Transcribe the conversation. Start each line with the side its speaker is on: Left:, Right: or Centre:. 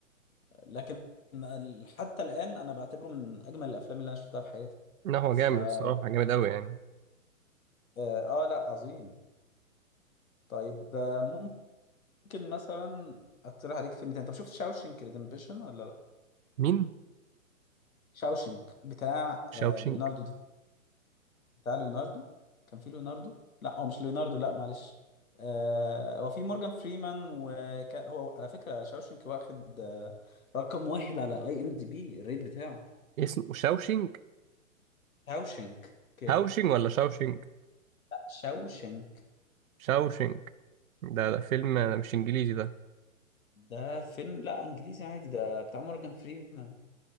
Left: لكن ال- حتى الان انا بعتبره من اجمل الافلام اللي انا شفتها في حياتي
Right: لا هو
Left: ف
Right: جامد
Left: اه
Right: الصراحة جامد أوي يعني
Left: آه، لا عظيم طيب آه، ممكن مثلا اقترح عليك فيلم تاني طب شفت شاوشنك ريدمبشن ولا لا
Right: مين؟
Left: شاوشنك بتاع آه
Right: شاوشينج
Left: ليوناردو بتاع ليوناردو كان في ليوناردو لا هو مش ليوناردو لا معلش آه هو في مورجان فريمان وكان هو على فكرة شاوشنك واخد آه رقم واحد على اي ام دي بي الريت بتاعه
Right: اسمه شاوشينج
Left: شاوشنك اوكي
Right: هاوشينج ولا شاوشينج
Left: لا شاوشنك
Right: شاوشينج ده ده فيلم مش إنجليزي ده
Left: ده فيلم لا انجليزي عادي ده بتاع مورجان فريمان